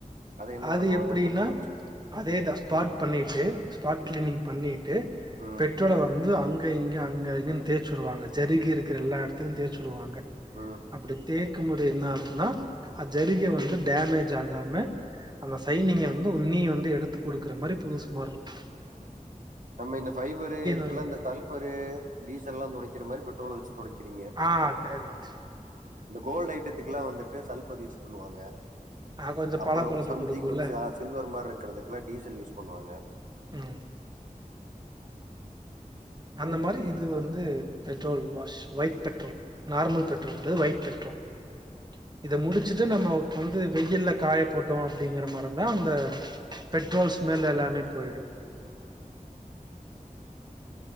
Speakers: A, on the right (about 65°); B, on the right (about 30°).
A: அத என்ன
B: அது
A: பண்ணுவாங்க
B: எப்டின்னா
A: பெட்ரோல் வச்சு
B: அதேதா ஸ்பாட் பண்ணிட்டு ஸ்பாட் கிளீனிங்
A: ம்
B: பண்ணிட்டு
A: ம்
B: பெட்ரோல வந்து அங்க இங்க அங்க இங்கன்னு தேச்சுடுவாங்க ஜருகி இருக்கிற எல்லா எடத்துலயு தேச்சுருவாங்க
A: ம்
B: அப்டி தேக்கும்போது என்ன ஆகுதுன்னா அது ஜரிகை வந்து டேமேஜ் ஆகாம அந்த சைனிங்க வந்து உன்னீ வந்து எடுத்து குடுக்கற மாரி புதுஸ் மார்ருக்கு
A: நம்ம இந்த ஃபைபரு இதுக்கெல்லா
B: வருதுல
A: இந்த சல்பரு டீசல்லா தொடைக்கிற மாரி பெட்ரோல வச்சு தொடைக்கிறீங்க
B: ஆ கரேட்டு
A: இந்த கோல்டு ஐட்டத்துக்குல்லா வந்துட்டு சல்பர் யூஸ் பண்ணுவாங்க
B: ஆ கொஞ்சோ
A: அப்பறோ
B: பளபளப்பு
A: சம்திங்
B: குடுக்குல்ல
A: வென்ஸ் ஆஸ்க் சில்வர் மார்ருக்கறதுக்குலா டீசல் யூஸ் பண்ணுவாங்க
B: ம் அந்த
A: ஓகே
B: மாரி இது வந்து petrol wash white petrol normal petrol கெடையாது ஒயிட் பெட்ரோல் இத முடிச்சுட்டு நமக்கொந்து வெயில்ல காய போட்டோ அப்டிங்கிற மாருந்தா அந்த பெட்ரோல் ஸ்மெல் எல்லாமே பொய்டு